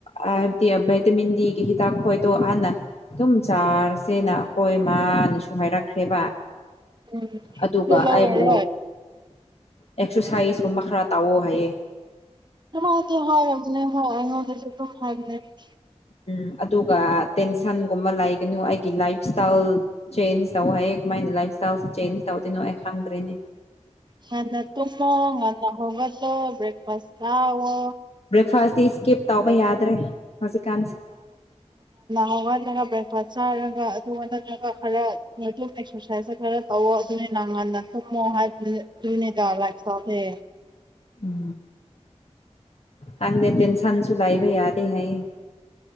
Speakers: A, on the left; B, on the right.
A: ꯍꯥꯏꯕꯗꯤ ꯩꯇꯃꯤꯗꯤ ꯀ ꯍ ꯇꯥꯈꯣꯏ ꯇꯣ ꯍꯅ ꯑꯗꯨꯝ ꯆꯥꯔꯁꯦꯅ ꯑꯩꯈꯣꯏ ꯃꯥꯅꯁꯨ ꯍꯥꯏꯔꯛꯈ꯭ꯔꯦꯕ
B: ꯎꯝ
A: ꯑꯗꯨꯒ
B: ꯅꯣꯏ ꯂꯧꯔꯔꯣꯏ
A: ꯑꯩꯕꯨ ꯑꯦꯛꯁꯔꯁꯥꯏꯁꯀꯨꯝꯕ ꯈꯔ ꯇꯥꯛꯑꯣ ꯍꯥꯏꯌꯦꯦ
B: ꯍꯥꯏ ꯍꯁꯨ ꯍꯥꯏꯅꯦ
A: ꯎꯝ ꯑꯗꯨꯒ ꯇꯦꯟꯁꯟꯒꯨꯝꯕ ꯂꯩꯒꯅꯨ ꯑꯩꯒꯤ ꯂꯥꯏꯐ ꯏꯁꯇꯥꯏꯜ ꯆꯦꯟꯖ ꯇꯧ ꯍ ꯃꯥꯏꯅ ꯂꯥꯏꯐ ꯏꯁꯇꯥꯏꯜꯁꯦ ꯆꯦꯟꯖ ꯇꯧꯗꯣꯏꯅꯣ ꯑꯩ ꯈꯪꯗ꯭ꯔꯦꯅꯦ
B: ꯍꯅ ꯇꯨꯝꯃꯣ ꯉꯟꯅ ꯍꯒꯗꯣ ꯭ꯔꯦꯛꯐꯥꯁ ꯇꯑꯣꯣ
A: ꯕ꯭ꯔꯦꯛꯐꯥꯁꯇꯤ ꯏꯁꯀꯤꯞ ꯇꯥꯎꯧꯕ ꯌꯥꯗ꯭ꯔꯦ ꯍꯧꯖꯤꯛꯀꯥꯟꯁꯦ
B: ꯍꯋꯥꯒ ꯆꯥꯔꯒ ꯑꯗꯨꯒ ꯅꯠꯇ꯭ꯔꯒ ꯈꯔ ꯑꯗꯨꯝ ꯑꯦꯛꯁꯔꯁꯥꯏꯁꯇ ꯈꯔ ꯇꯧꯋ ꯑꯗꯨꯅꯤ ꯅ ꯉꯟꯅ ꯃ ꯍꯥ ꯨꯅꯤ ꯇꯂꯒ ꯁꯥꯊꯦ
A: ꯎꯝ ꯍꯪꯗ ꯇꯦꯟ ꯁꯥꯟꯁꯨ ꯂꯥꯏꯕꯩ ꯑꯗꯦ ꯍꯥꯏꯥꯏ